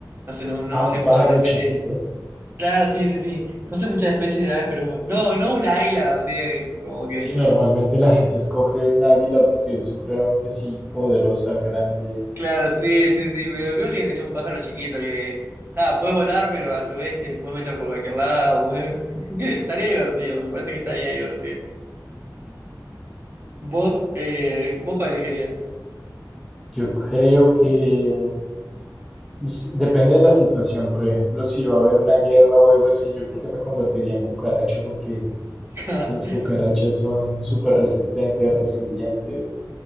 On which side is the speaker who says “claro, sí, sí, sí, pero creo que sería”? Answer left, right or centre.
Right